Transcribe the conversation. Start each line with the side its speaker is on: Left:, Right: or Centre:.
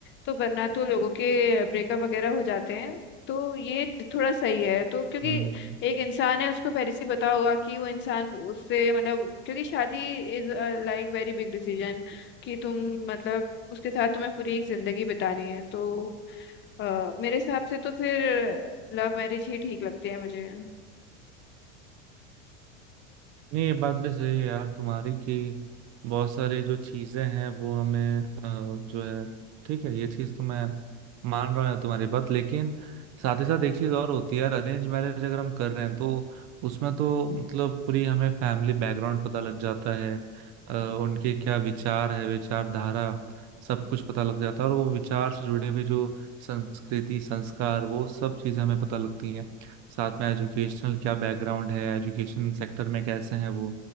Left: तो वरना तो लोगों के ब्रेकअप वगैरह हो जाते हैं तो ये थोड़ा सही है तो क्योंकि
Right: हम्म।
Left: एक इंसान है उसको पहले से ही पता होगा कि वो इंसान उससे मतलब क्योंकि शादी is like very big decision कि तुम मतलब उसके साथ तुम्हें पूरी एक जिंदगी बितानी है तो अ, मेरे हिसाब से तो फिर लव मैरिज ही ठीक लगती है मुझे
Right: नहीं ये बात भी सही है यार तुम्हारी कि बहुत सारी जो चीजें हैं वो हमें अ, जो है ठीक है ये चीज तो मैं मान रहा हूँ यार तुम्हारी बात लेकिन साथ ही साथ एक चीज और होती है यार अरेंज मैरिज अगर हम कर रहे हैं तो उसमें तो मतलब पूरी हमें फैमिली बैकग्राउंड पता लग जाता है अ, उनके क्या विचार है विचारधारा सब कुछ पता लग जाता है और वो विचार से जुड़े भी जो संस्कृति संस्कार वो सब चीजें हमें पता लगती हैं साथ में एजुकेशनल क्या बैकग्राउंड है एजुकेशन सेक्टर में कैसे हैं वो